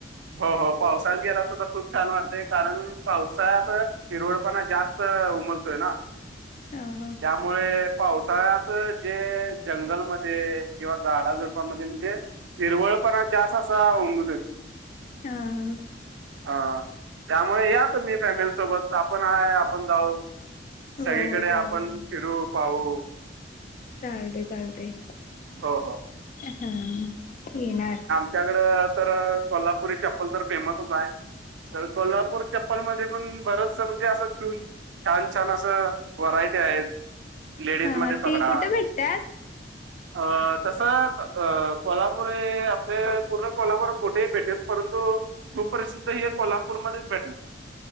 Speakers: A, on the right; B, on the left.
A: हो हो पावसाळ्यात गेला सुद्धा खूप छान वाटतय कारण पावसाळ्यात हिरवळपणा जास्त त उमलतोय ना
B: हा हा
A: त्यामुळे पावसाळ्यात जे जंगलमध्ये किंवा झाडाझूडपामध्ये म्हणजे हिरवळपणा जास असा उम
B: हम्म ह
A: हा त्यामुळे या तुम्ही फॅमिली सोबत आपण आहे आपण जाऊ-
B: हो
A: सगळीकडे
B: हो चालते
A: आपण फिरू, पाहू
B: चालतंय चालतंय.
A: हो हो.
B: हा येणार <unintelligible>
A: त्यांच्याकडे तर कोल्हापुरी चप्पल तर फेमसच हाय. तर कोल्हापूर चप्पल मध्ये पण बरचस म्हणजे असं - छान छान असं व्हरायटी आहेत. लेडीज
B: हा
A: मध्ये
B: हा
A: पकडा
B: ती कुठे भेटतात?
A: अ तस अ कोल्हा पुरे आपल्या पूर्ण कोल्हापुरात कोठेही भेटेत परंतु कु सुप्रसिद्ध हे कोल्हापूरमध्येच भेटणार